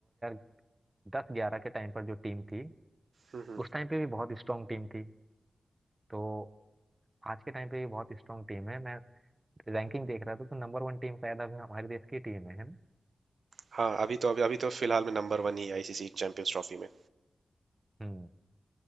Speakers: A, on the right; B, on the right.
A: 2010-11 के टाइम पर जो टीम थी
B: हम्म, हम्म।
A: उस टाइम पे भी बहुत स्ट्रांग टीम थी तो आज के टाइम पे भी बहुत स्ट्रांग टीम है मैं रैंकिंग देख रहा था तो नंबर वन टीम शायद अभी हमारे देश की टीम है है ना
B: हाँ अभी तो अभी अभी तो फिलहाल में नंबर वन ही है आईसीसी चैंपियंस ट्रॉफी में
A: हम्म,